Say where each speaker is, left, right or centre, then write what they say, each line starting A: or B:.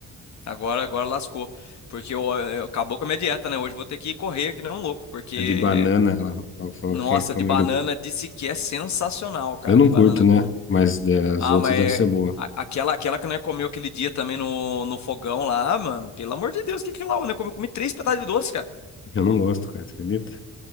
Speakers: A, on the left; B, on the left.
A: Agora, agora lascou. Porque eu, eu- acabou com a minha dieta, né? Hoje eu vou ter que correr que nem um louco. Porque,
B: A de banana, ela ela falou
A: nossa,
B: que quer comer.
A: de banana
B: de-
A: disse que é sensacional, cara.
B: Eu não
A: De
B: curto,
A: banana
B: né?
A: com.
B: Mas das
A: Ah,
B: outras
A: mas
B: deve
A: é-
B: ser boa.
A: a- aquela, aquela que nós comeu aquele dia também no, no fogão lá, ah, mano. Pelo amor de Deus, o que que é lá? né? Eu comi, comi três pedaços de doce, cara.
B: Eu não gosto, cara, você acredita?